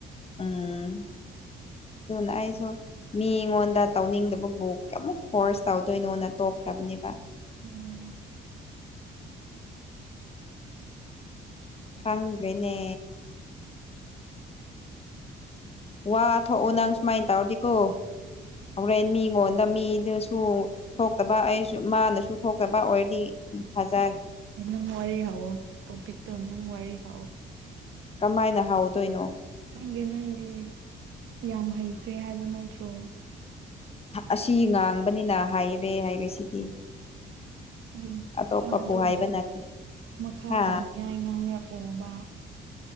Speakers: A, on the left (about 30°); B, on the right (about 75°).
A: ꯎꯝ ꯑꯗꯨꯅ ꯑꯩꯁꯨ ꯃꯤꯉꯣꯟꯗ ꯇꯧꯅꯤꯡꯗꯕꯕꯨ ꯀꯩꯃꯨꯛ ꯐꯣꯔꯁ ꯇꯧꯗꯣꯏꯅꯣꯅ ꯇꯣꯛꯈ꯭ꯔꯕꯅꯦꯕ
B: ꯎꯝ
A: ꯈꯪꯗ꯭ꯔꯦꯅꯦ ꯋꯥ ꯊꯣꯛꯑꯣ ꯅꯪ ꯁꯨꯃꯥꯏꯟ ꯇꯧꯔꯗꯤꯀꯣ ꯍꯧꯔꯦꯟ ꯃꯤꯉꯣꯟꯗ ꯃꯤꯗꯨꯁꯨ ꯊꯣꯛꯇꯕ ꯑꯩꯁꯨ ꯃꯥꯅꯁꯨ ꯊꯣꯛꯇꯕ ꯑꯣꯏꯔꯗꯤ ꯎꯝ ꯐꯖꯔ
B: ꯁ‌ꯦ ꯅꯪ ꯋꯥꯔꯤ ꯍꯧꯋꯣ ꯇ‌ꯣꯄꯤꯛꯇꯣ ꯅꯪ ꯋꯥꯔꯤ ꯍꯧ
A: ꯀꯃꯥꯏꯅ ꯍꯧꯗꯣꯏꯅꯣ
B: ꯈꯪꯗꯦ ꯅꯪꯗꯤ ꯌꯥꯝ ꯍꯩꯈ꯭ꯔꯦ ꯍꯥꯏꯕ ꯅꯠꯇ꯭ꯔꯣ
A: ꯑꯁꯤ ꯉꯥꯡꯕꯅꯤꯅ ꯍꯩꯔꯦ ꯍꯥꯏꯔꯤꯁꯤꯗꯤ
B: ꯎꯝ
A: ꯑꯇꯣꯞꯄꯕꯨ
B: ꯋꯥꯗꯣ
A: ꯍꯥꯏꯕ ꯅꯠꯇꯦ
B: ꯃꯈꯥ
A: ꯍꯥ
B: ꯇꯥꯅꯤꯡꯉꯥꯏ ꯉꯥꯡꯔꯛꯑꯣꯕ